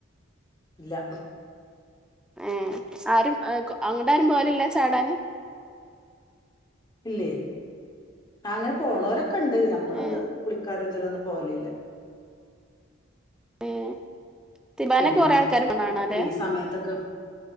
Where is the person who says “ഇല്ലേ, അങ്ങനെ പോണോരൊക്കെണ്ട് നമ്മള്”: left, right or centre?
Left